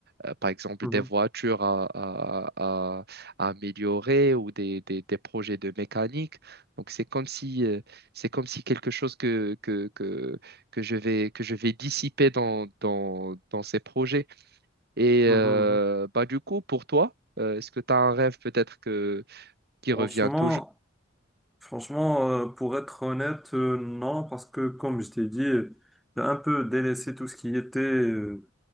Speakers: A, on the right; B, in the centre.
A: Euh, par exemple,
B: Mhm,
A: des voitures à, à- à- à améliorer ou des, des- des projets de mécanique. Donc, c'est comme si, euh, c'est comme si quelque chose que, que, que, que je vais, que je vais dissiper dans, dans, dans ces projets. Et
B: mhm,
A: euh,
B: mhm.
A: bah, du coup, pour toi, euh, est-ce que tu as un rêve peut-être que, qui
B: Franchement.
A: revient toujours?
B: Franchement, euh, pour être honnête, euh, non, parce que comme je t'ai dit, j'ai un peu délaissé tout ce qui était euh,